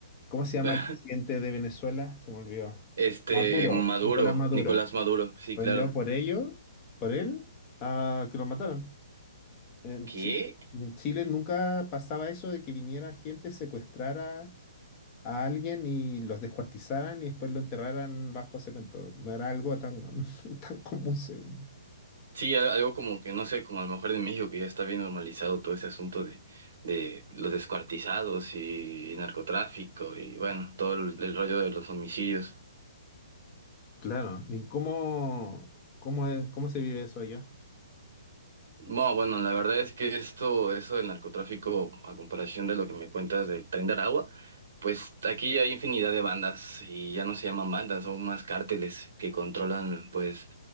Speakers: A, on the left; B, on the right.
A: ¿Cómo se llama
B: <laughs>
A: el presidente de Venezuela? Se me olvidó.
B: Este,
A: Maduro.
B: Maduro,
A: Nicolás Maduro.
B: Nicolás Maduro, sí,
A: Fue
B: claro.
A: enviado por ellos, por él, a que lo mataron en
B: ¿Qué?
A: Chile. Y en Chile nunca pasaba eso de que viniera gente, secuestrara a alguien y los descuartizaran y después lo enterraran bajo cemento. No era algo tan, <laughs> tan común, según yo.
B: Sí, al- algo como que, no sé, como a lo mejor en México que ya está bien normalizado todo ese asunto de, de los descuartizados y narcotráfico y bueno, todo el, el rollo de los homicidios.
A: Claro. ¿Y cómo, cómo es, cómo se vive eso allá?
B: No, bueno, la verdad es que esto, eso del narcotráfico, a comparación de lo que me cuentas del Tren de Aragua, pues aquí hay infinidad de bandas y ya no se llaman bandas, son más cárteles que controlan, pues,